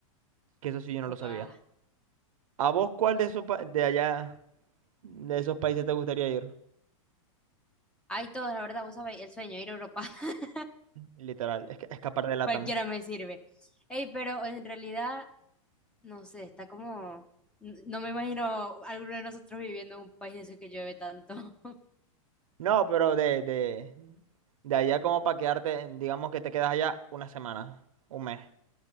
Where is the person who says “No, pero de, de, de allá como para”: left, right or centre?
Right